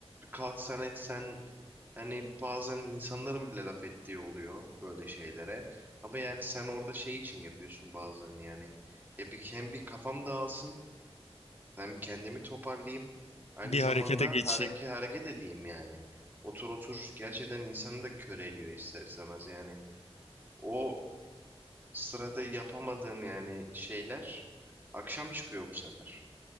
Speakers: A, on the right; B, on the left.
A: kalksan etsen hani bazen insanların bile laf ettiği oluyor böyle şeylere. Ama yani sen orada şey için yapıyorsun bazen yani. Ya bir, hem bir kafam dağılsın Ben bir kendimi toparlayayım. Aynı
B: Bir
A: zamanda
B: harekete geçeyim.
A: hareket hareket edeyim yani. Otur otur gerçekten insanı da köreliyor ister istemez yani. O sırada yapamadığın yani şeyler akşam çıkıyor bu sefer.